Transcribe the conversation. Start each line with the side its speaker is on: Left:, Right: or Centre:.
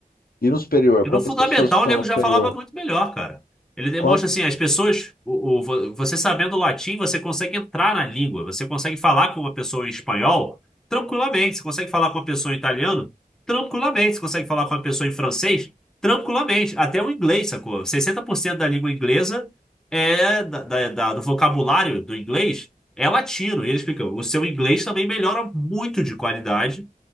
Left: E no superior,
Centre: E
Left: quantas
Centre: no fundamental
Left: pessoas que estão
Centre: o nego
Left: no superior?
Centre: já falava muito melhor, cara. Ele demonstra
Left: Quanto...
Centre: assim, as pessoas, o, o- vo- você sabendo latim, você consegue entrar na língua, você consegue falar com uma pessoa em espanhol tranquilamente, você consegue falar com uma pessoa em italiano tranquilamente, você consegue falar com uma pessoa em francês tranquilamente, até o inglês, sacou? 60% da língua inglesa é da, da- da- do vocabulário do inglês é latino. E ele explica, o seu inglês também melhora muito de qualidade